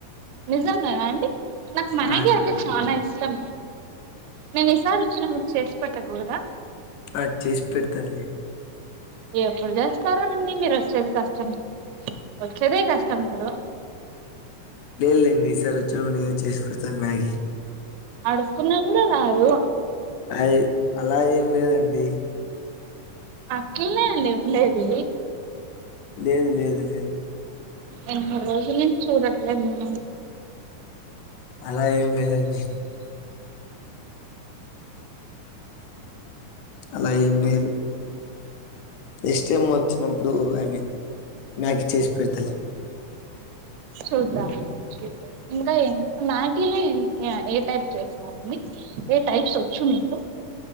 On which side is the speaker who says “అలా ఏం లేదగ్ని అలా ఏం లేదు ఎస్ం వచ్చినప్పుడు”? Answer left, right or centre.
Left